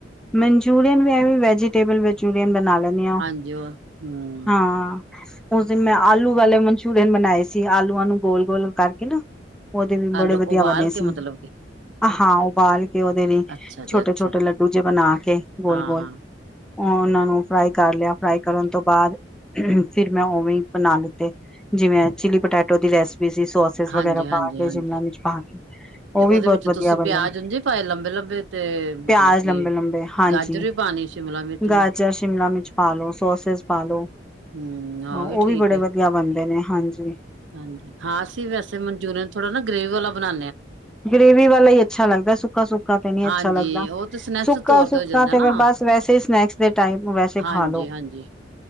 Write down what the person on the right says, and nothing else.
ਹਾਂਜੀ ਉਹ ਹਮ
ਆਲੂ
ਉਬਾਲ
ਕੇ
ਮਤਲਬ ਕਿ
ਅੱਛਾ ਜੀ
ਅੱਛਾ
ਹਾਂ
ਹਾਂ
ਹਾਂਜੀ
ਹਾਂਜੀ
ਹਾਂਜੀ
ਤੇ ਉਹਦੇ
ਵਿੱਚ
ਤੁਸੀਂ
ਪਿਆਜ ਉੰਝੇ ਪਾਏ ਲੰਬੇ ਲੰਬੇ ਤੇ
ਮਤਲਬ ਕਿ
ਗਾਜਰ ਵੀ ਪਾਣੀ ਸ਼ਿਮਲਾ ਮਿਰਚ ਵੀ
ਹਮ ਹਾਂ
ਠੀਕ
ਹੈ
ਹਾਂਜੀ, ਹਾਂ ਅਸੀਂ ਵੈਸੇ ਮਨਚੂਰੀਅਨ ਥੋੜਾ ਨਾ ਗ੍ਰੇਵੀ ਵਾਲਾ ਬਣਾ
ਹਾਂਜੀ
ਉਹ ਤੇ ਸਨੈਕਸ
ਤੌਰ
ਹੋ ਜਾਂਦਾ ਨਾ
ਹਾਂਜੀ
ਹਾਂਜੀ